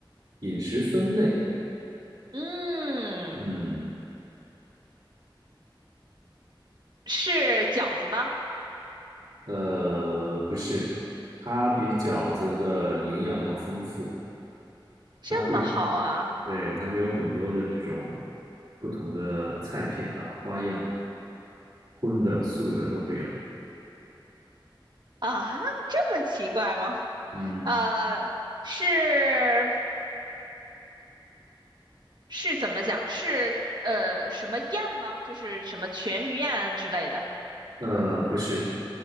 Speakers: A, on the right; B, on the right.
A: 饮食分类，
B: 嗯，
A: 嗯，
B: 是饺子吗？
A: 呃，不是，它比饺子的营养要丰富，
B: 这么好啊！
A: 它会，对，它会有很多的这种不同的菜品吧，花样，荤的、素的都会有，
B: 啊，这么奇怪吗？
A: 嗯。
B: 呃，是是怎么讲？是呃什么宴吗？就是什么全鱼宴之类的。
A: 呃，不是，